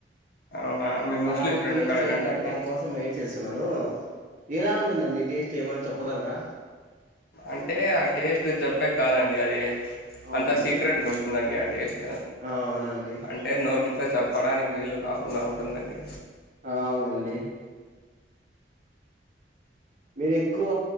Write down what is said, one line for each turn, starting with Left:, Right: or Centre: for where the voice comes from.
Left: అవునా మీ
Right: దా
Left: ముస్లిం
Right: అది
Left: ఫ్రెండ్కి
Right: టేస్ట్
Left: అడగండండి
Right: చెయ్లాన్ దాన్కోసం వెయిట్ చేస్సున్నాను ఎలా ఉంటుందండి టేస్టేమన్నా చొప్పగల్రా
Left: అంటే ఆ టేస్ట్ చెప్పే కాదండి అది.
Right: అవునండి
Left: అంత సీక్రెట్గుంటుందండి. ఆ టేస్ట్
Right: ఆ అవునండి
Left: అంటే నోటి తో చెప్పడానికి వీలు కాకుండా ఉంటుందండి
Right: ఆ అవునండి మీరేక్కువ